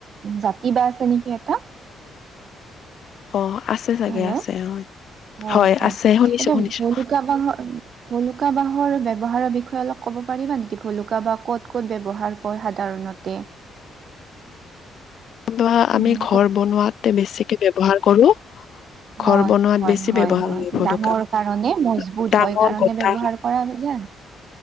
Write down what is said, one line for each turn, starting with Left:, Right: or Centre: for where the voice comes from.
Right: জাতি বাঁহ আছে নেকি এটা
Left: অ আছে চাগে
Right: হেল্ল'
Left: আছে হয়
Right: হয়, হয়
Left: আছে শুনিছো
Right: এইটো
Left: শুনিছো
Right: ভলুকা বাঁহৰ ভুলুকা বাঁহৰ ব্যৱহাৰৰ বিষয়ে অলপ ক'ব পাৰিবা নেকি ভলুকা বাঁহ ক'ত কত ব্যৱহাৰ হয় সাধাৰণতে
Left: বা
Right: উম,
Left: আমি ঘৰ বনোৱাতে বেছিকে ব্যৱহাৰ কৰো
Right: উ
Left: ঘৰ
Right: হয়,
Left: বনোৱাত
Right: হয়,
Left: বেছি
Right: হয়,
Left: ব্যৱহাৰ
Right: হয়
Left: ভলুকা
Right: ডাঙৰ
Left: বাঁহ
Right: কাৰণে মজবুত
Left: ডাঙৰ
Right: হয় কাৰণে
Left: গটা
Right: ব্যৱহাৰ কৰা যায়।